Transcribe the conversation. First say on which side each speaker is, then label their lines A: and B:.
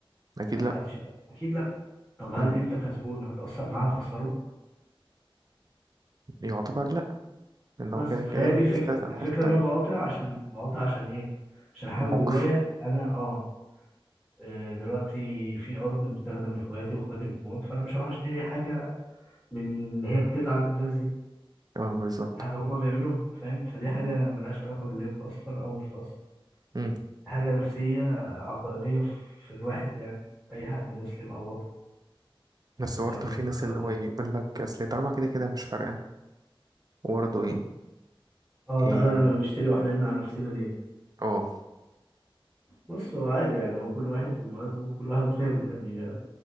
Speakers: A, on the right; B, in the centre.
A: اكيد لا
B: هتش... اكيد لا طب هل
A: امم.
B: انت كسبان هتاثر معاه هتخسره
A: يعتبر لا لأن هو
B: بس
A: كده
B: فهي
A: كده بيستلزم
B: دي الفكره الفكره
A: حتة تانية
B: ان انا بقاطع عشان بقاطع عشان ايه عشان حاجه
A: موقف
B: جوايا انا اه آه، دلوقتي في ارض متاخده من اخواتي واخواتي بتموت فانا مش هروح اشتري حاجه من إن هي بتدعم الناس دي
A: اه بالظبط
B: حاجة هما بيعملوها فاهم فدي حاجة ملهاش علاقة باللي هي بتأثر أو مش بتأثر
A: مم.
B: حاجة نفسية عقائدية في الواحد يعني أي حد مسلم أو وطني
A: بس برضه
B: لو ليه
A: في
B: انتماء
A: ناس اللي
B: للقضية
A: هو إيه يقول لك أصل طالما كده كده مش فارقة وبرضه إيه
B: اه
A: إيه
B: تعالى نشتري واحنا نمنع نفسنا ليه
A: اه
B: بص هو عادي يعني هو كل واحد ومبادئه وكل واحد وقيمه يعني